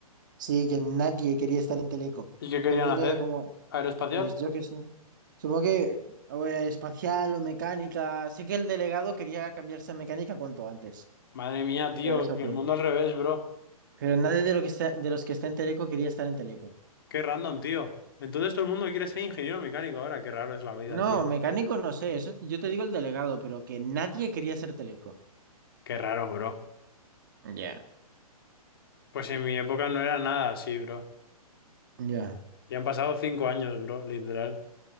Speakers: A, on the right (about 30°); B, on the left (about 35°).
A: Sí, que nadie quería estar en Teleco.
B: ¿Y qué querían
A: Todo el mundo
B: hacer?
A: era como,
B: ¿Aeroespacial?
A: Pues yo que sé. Supongo que o era espacial o mecánica. Sé que el delegado quería cambiarse a mecánica cuanto antes.
B: Madre mía,
A: Pero
B: tío,
A: eso
B: que
A: qué.
B: el mundo al revés, bro.
A: Pero nadie de, lo que está, de los que está en Teleco quería estar en Teleco.
B: Qué random, tío. Entonces todo el mundo quiere ser ingeniero mecánico ahora. Qué raro es la vida,
A: No,
B: tío.
A: mecánico no sé. Eso, es- yo te digo el delegado, pero que nadie quería ser Teleco.
B: Qué raro, bro.
A: Ya.
B: Pues en mi época no era nada así, bro.
A: Ya,
B: Ya han pasado cinco años, bro, literal.